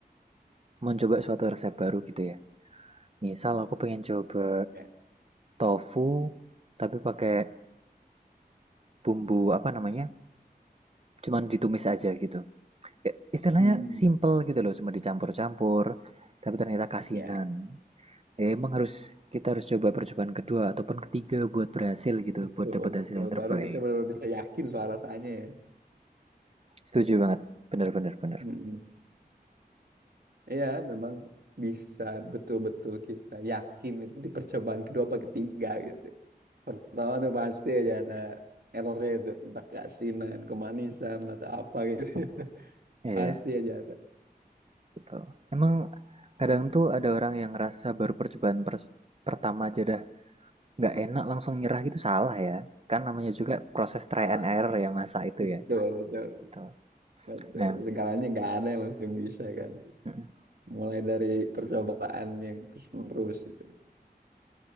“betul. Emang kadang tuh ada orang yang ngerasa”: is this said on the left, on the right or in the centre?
Right